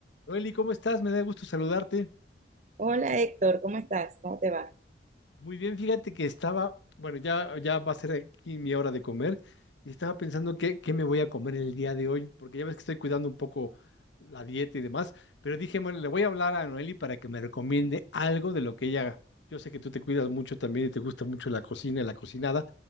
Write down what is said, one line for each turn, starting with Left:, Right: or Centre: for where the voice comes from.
Left: Noeli, ¿cómo estás? Me da gusto saludarte.
Right: Hola Héctor, ¿cómo estás? ¿Cómo te va?
Left: Muy bien, fíjate que estaba, bueno, ya, ya va a ser aquí mi hora de comer y estaba pensando qué, qué me voy a comer el día de hoy, porque ya ves que estoy cuidando un poco la dieta y demás, pero dije, bueno, le voy a hablar a Noeli para que me recomiende algo de lo que ella haga. Yo sé que tú te cuidas mucho también y te gusta mucho la cocina y la cocinada.